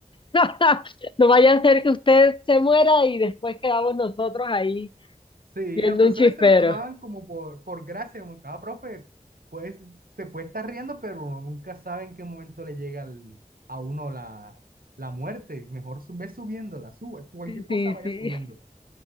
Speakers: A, on the left (about 35°); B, on the right (about 80°).
A: <laughs> No vaya a ser que usted se muera y después quedamos nosotros ahí
B: Sí,
A: viendo
B: al profesor
A: un chispero.
B: se lo tomaban como por, por gracia, como cada profe, pues se puede estar riendo, pero uno nunca sabe en qué momento le llega al- a uno la, la muerte. Mejor su- ve subiéndola, sube, tú cualquier
A: Sí,
B: cosa
A: sí.
B: vaya
A: sí.
B: subiendo.